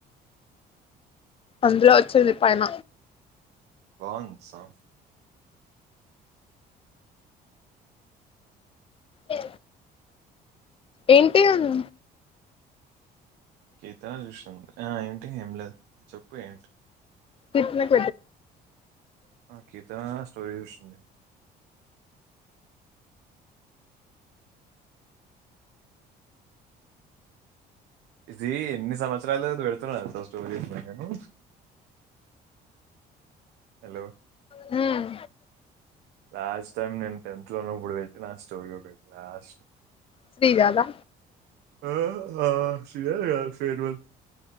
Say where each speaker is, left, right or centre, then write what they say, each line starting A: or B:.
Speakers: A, on the left; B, on the right.
A: అందులో వచ్చింది పైన
B: బావుంది సాంగ్
A: ఎ ఏంటి అన్న
B: గీత చూసింది ఆ ఏంటి ఏం లేదు చెప్పు ఏంటి
A: పిట్నట్
B: కీర్తనా స్టోరీ చూసింది ఇదీ ఎన్ని సంవత్సరాలు పెడుతున్నాను తెలుసా స్టోరీ నేను హలో
A: హ్మ్
B: లాస్ట్ టైం నేను టెన్త్లో ఉన్నప్పుడు పెట్టినా స్టోరీ ఒకటి లాస్ట్
A: శ్రీ గదా
B: <unintelligible> ఫెర్వల్